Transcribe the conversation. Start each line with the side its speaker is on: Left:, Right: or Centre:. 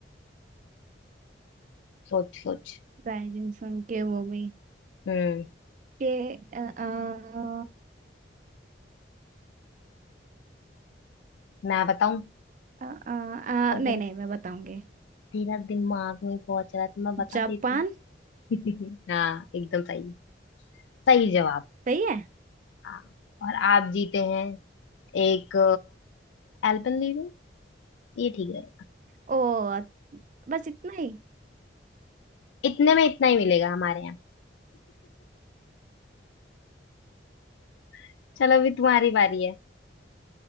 Left: सोच सोच
Right: राइजिंग सन की भूमि
Left: हम्म।
Right: के अ, अ,
Left: मैं बताऊं
Right: अ, अ,
Left: अगर
Right: अ, नहीं नहीं मैं बताऊंगी
Left: तेरा दिमाग नहीं पहुंच रहा तो मैं बता
Right: जापान
Left: देती <laughs> हाँ एकदम सही सही जवाब
Right: सही है
Left: हाँ और आप जीते हैं एक एल्पेनलीबे ये ठीक रहेगा
Right: ओ बस इतना ही
Left: इतने में इतना ही मिलेगा हमारे यहाँ <laughs> चलो अभी तुम्हारी बारी है